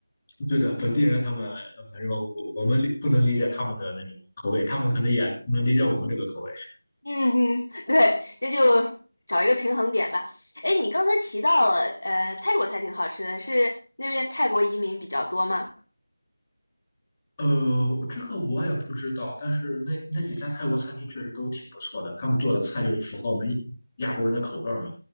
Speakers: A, on the left; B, on the left.
A: 对的，本地人他们，呃反正我我们理不能理解他们的那种口味，他们可能也不能理解我们这个口味。
B: 嗯嗯，对，那就找一个平衡点吧。哎，你刚才提到了，呃，泰国菜挺好吃的，是那边泰国移民比较多吗？
A: 呃，这个我也不知道，但是那那几家泰国餐厅确实都挺不错的，他们做的菜就是符合我们亚洲人的口味儿嘛。